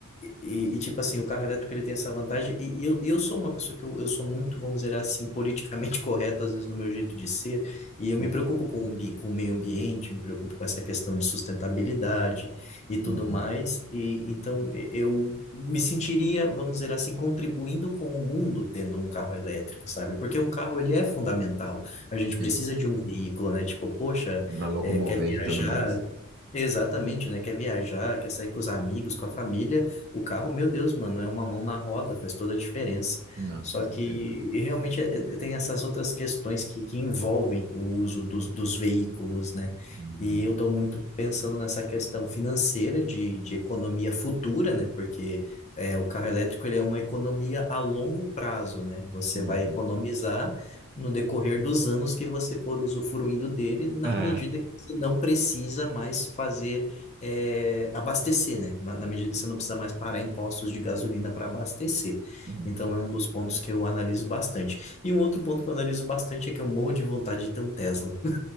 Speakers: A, on the left (about 30°); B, on the right (about 45°).
A: E, e, tipo assim, o carro elétrico ele tem essa vantagem, e, e eu, e eu sou uma pessoa que eu, eu sou muito, vamos dizer assim, politicamente <laughs> correto, às vezes, no meu jeito de ser, e eu
B: Hum.
A: me preocupo com o, ambi- com o meio ambiente, me preocupo com essa questão de sustentabilidade e tudo
B: Uhum.
A: mais, e então e- eu me sentiria, vamos dizer assim, contribuindo com o mundo tendo um carro elétrico, sabe? Porque um carro, ele é fundamental, a gente
B: Sim.
A: precisa de um veículo, né? Tipo, poxa,
B: Pra locomover
A: é, quer viajar...
B: e tudo mais.
A: Exatamente, né? Quer viajar, quer sair com os amigos, com a família, o carro, meu Deus, mano, é uma mão na roda, faz toda a diferença.
B: Não,
A: Só
B: com certeza.
A: que e realmente é- é- tem essas outras questões que, que envolvem o uso dos, dos veículos, né?
B: Uhum.
A: E eu estou muito pensando nessa questão financeira de, de economia futura, né? Porque é, o carro elétrico ele é uma economia a longo prazo, né? Você
B: Uhum.
A: vai economizar no decorrer dos anos que você for usufruindo dele, na
B: É.
A: medida que você não precisa mais fazer é, abastecer, né? Ma- Na medida que você não precisa mais parar em postos de gasolina para abastecer.
B: Uhum.
A: Então, é um dos pontos que eu analiso bastante. E um outro ponto que eu analiso bastante é que eu morro de vontade de ter um Tesla.